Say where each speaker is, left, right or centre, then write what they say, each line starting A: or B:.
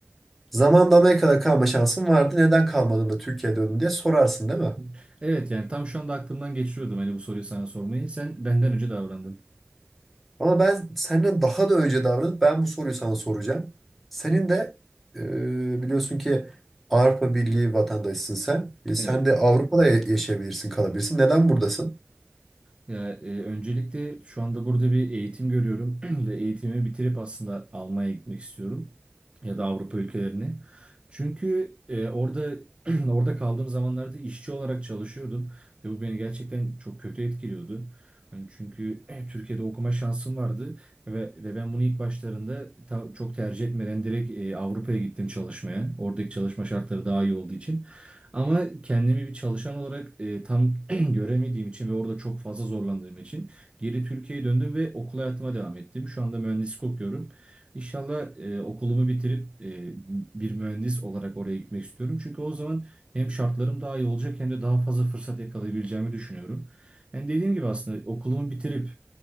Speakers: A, in the centre; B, on the right.
A: Zamanında Amerika'da kalma şansın vardı. Neden kalmadın da Türkiye'ye döndün diye sorarsın değil
B: <laughs>
A: mi?
B: Evet yani tam şu anda aklımdan geçiriyordum hani bu soruyu sana sormayı. Sen benden önce davrandın.
A: Ama ben senden daha da önce davranıp ben bu soruyu sana soracağım. Senin de e, biliyorsun ki Avrupa Birliği vatandaşısın sen. E, sen
B: Evet.
A: de Avrupa'da ya- yaşayabilirsin, kalabilirsin. Neden buradasın?
B: Ya, e, öncelikle şu anda burada bir eğitim görüyorum <clears throat> ve eğitimimi bitirip aslında Almanya'ya gitmek istiyorum ya da Avrupa ülkelerine. Çünkü e, orada <clears throat> orada kaldığım zamanlarda işçi olarak çalışıyordum ve bu beni gerçekten çok kötü etkiliyordu. Hani çünkü e, Türkiye'de okuma şansım vardı ve ve ben bunu ilk başlarında ta- çok tercih etmeden direkt e, Avrupa'ya gittim çalışmaya. Oradaki çalışma şartları daha iyi olduğu için. Ama kendimi bir çalışan olarak e, tam <clears throat> göremediğim için ve orada çok fazla zorlandığım için geri Türkiye'ye döndüm ve okul hayatıma devam ettim. Şu anda mühendislik okuyorum. İnşallah e, okulumu bitirip e, bir mühendis olarak oraya gitmek istiyorum. Çünkü o zaman hem şartlarım daha iyi olacak hem de daha fazla fırsat yakalayabileceğimi düşünüyorum. Yani dediğim gibi aslında okulumu bitirip